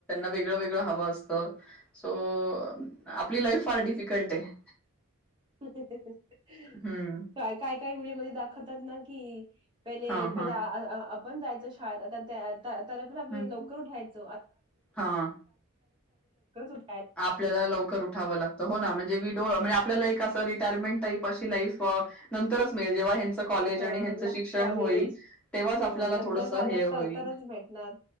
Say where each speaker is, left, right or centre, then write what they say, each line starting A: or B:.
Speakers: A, in the centre; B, on the right.
A: वेगळ वेगळं हव असत सो आपली लाईफ फार डिफिकल्ट आहे.
B: काय
A: हम्म
B: काय? काही व्हिडिओमध्ये दाखवतात ना की पहिले
A: हा
B: पहि
A: हा
B: पण जायचं शाळेत आता त्या <unintelligible> तरी पण आम्ही
A: हम्म.
B: लवकरच
A: हा
B: उठ
A: आपल्याला लवकर उठावं लागतं हो ना म्हणजे वि डो म्हणजे आपल्याला एक अस रिटायरमेंट टाईप् अशी लाईफ नंतरच मिळेल. जेव्हा हेंच कॉलेज
B: हा
A: आणि हेंच शिक्षण
B: कॉलेज
A: होईल तेव्हाच
B: हो
A: आपल्याला
B: लग्न
A: थोडस
B: झालं
A: हे होईल
B: तर तरच भेटणार